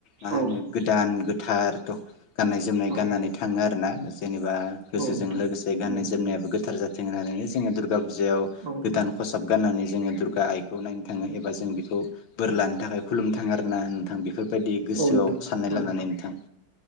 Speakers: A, on the left; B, on the right.
A: मा होनो
B: औ
A: गोदान गोथार थ' गाननाय जोमनाय गाननानै
B: औ
A: थाङो आरो ना जेने बा गोसोजों
B: औ नोंथां
A: लोगोसे गाननाय
B: औ
A: जोमनायाबो गोथार जा जों आरो जोंगा दुर्गाव बिजायाव
B: औ
A: गोदान खसाब गाननानै जोङो दुर्गा आइखौ नायनो थाङो एबा जों बेखौ बोर लानो थाखाय खुलुमनो थाङो आरोना नोंथां बेफोरबायदि गोसोआव
B: औ नोंथां
A: साननाय
B: औ
A: लानानै नोंथां।